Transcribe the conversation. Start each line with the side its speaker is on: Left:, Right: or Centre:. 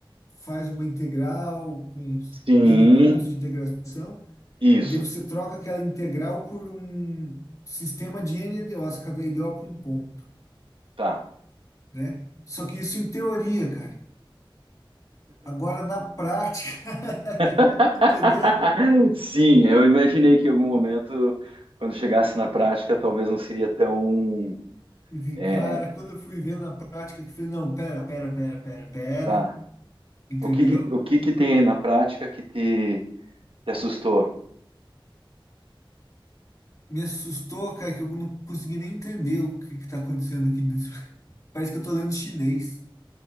Left: faz uma integral com
Right: sim,
Left: N pontos de integração,
Right: isso,
Left: e daí você troca aquela integral por um sistema de N EDOs, cada EDO para um ponto,
Right: tá.
Left: né? Só que isso em teoria, cara. Agora na prática, <laughs>
Right: <laughs>
Left: entendeu?
Right: Sim, eu imaginei que em algum momento, quando chegasse na prática, talvez não seria tão,
Left: E, vi,
Right: é,
Left: cara, quando eu fui ver na prática, que eu falei, não, pera, pera, pera, pera, pera,
Right: tá.
Left: entendeu?
Right: O que que, o que que tem aí na prática que te Te assustou?
Left: Me assustou, cara, que eu não consegui nem entender o que que tá acontecendo aqui dentro. <laughs> Parece que eu tô lendo chinês.